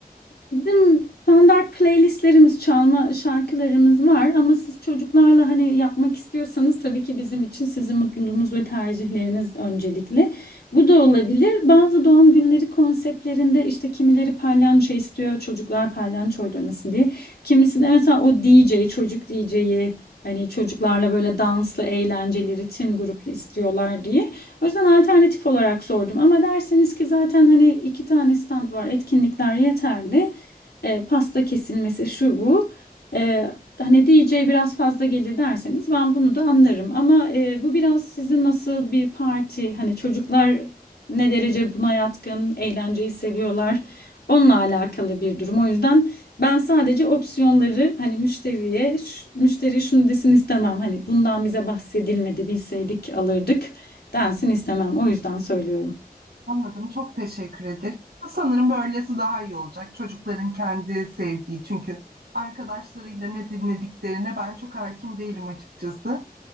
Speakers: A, on the left; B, on the right.
A: Bizim standart playlistlerimiz, çalma şarkılarımız var ama siz çocuklarla hani yapmak istiyorsanız tabii ki bizim için sizin mutluluğunuz ve tercihleriniz öncelikli. Bu da olabilir. Bazı doğum günleri konseptlerinde işte kimileri palyanço istiyor, çocuklar palyançoyla oynasın diye. Kimisi de mesela o DJ, çocuk DJ'yi hani çocuklarla böyle danslı, eğlenceli, ritim gruplu istiyorlar diye. O yüzden alternatif olarak sordum ama derseniz ki zaten hani iki tane stand var, etkinlikler yeterli e, pasta kesilmesi şu bu. E, hani DJ biraz fazla gelir derseniz ben bunu da anlarım. Ama e, bu biraz sizin nasıl bir parti, hani çocuklar ne derece buna yatkın, eğlenceyi seviyorlar. Onunla alakalı bir durum. O yüzden ben sadece opsiyonları hani müşteriye, müşteri şunu desin istemem. Hani bundan bize bahsedilmedi, bilseydik alırdık densin istemem. O yüzden söylüyorum.
B: Anladım. Çok teşekkür ederim. Sanırım böylesi daha iyi olacak. Çocukların kendi sevdiği çünkü arkadaşlarıyla ne dinlediklerine ben çok hakim değilim açıkçası.